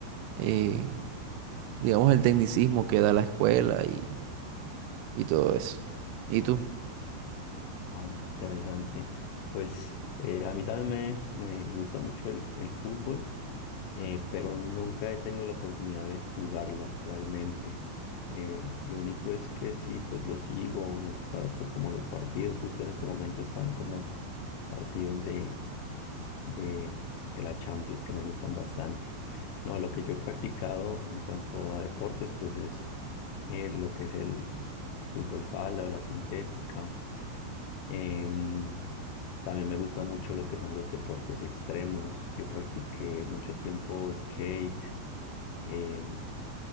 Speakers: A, on the right (about 85°); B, on the left (about 80°).
A: eh, digamos, el tecnicismo que da la escuela y, y todo eso. ¿Y tú?
B: Ah, interesante. Pues eh, a mí también me, me gusta mucho el, el fútbol, eh, pero nunca he tenido la oportunidad de jugarlo realmente. Eh, lo único es que sí, pues lo sigo, me gusta ver pues como los partidos, justo en este momento están como partidos de, de, de la Champions que me gustan bastante. No, lo que yo he practicado en cuanto a deportes, pues es eh, lo que es el fútbol sala o la sintética. Em, también me gusta mucho lo que son los deportes extremos. Yo practiqué mucho tiempo skate. em,